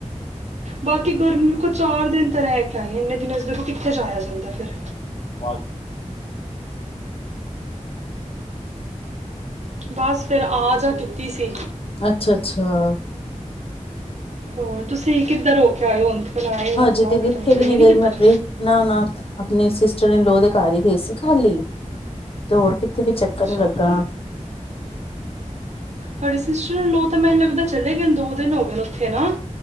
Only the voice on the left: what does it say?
ਬ <unintelligible>
ਅੱਛਾ ਅੱਛਾ
ਹਜੇ
ਤੇ
ਕਿੱਥੇ
ਵੀ
ਗਈ
ਮੈਂ ਆਪਣੇ ਨਾ- ਨਾ ਆਪਣੇ ਸਿਸਟਰ ਇਨਲਾਹ ਦੇ ਘਰ ਹੀ ਗਏ ਸੀ ਖਾਲੀ ਤੇ ਹੋਰ ਕਿੱਥੇ ਵੀ ਚੱਕਰ
ਨੀ ਲੱਗਾ।